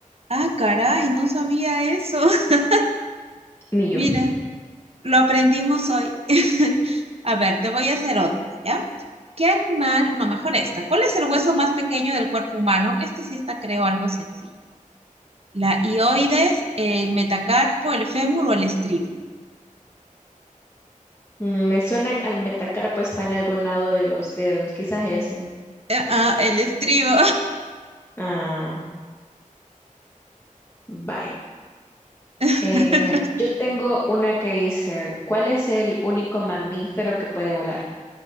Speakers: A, on the right; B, on the left.
A: Ah, caray, no sabía eso. <laughs>
B: Ni
A: Mira,
B: yo.
A: lo aprendimos hoy. <laughs> A ver, te voy a hacer otra, ¿ya? ¿Qué animal? No, mejor esta. ¿Cuál es el hueso más pequeño del cuerpo humano? Esta sí está, creo, algo sencillo. ¿La hioides, el metacarpo, el fémur o el estribo?
B: Mm, Me suena que al metacarpo está en algún lado de los dedos, quizás ese.
A: Eh, ah, el estribo.
B: Ah, bye.
A: <laughs>
B: Eh, yo tengo una que dice, ¿cuál es el único mamífero que puede volar?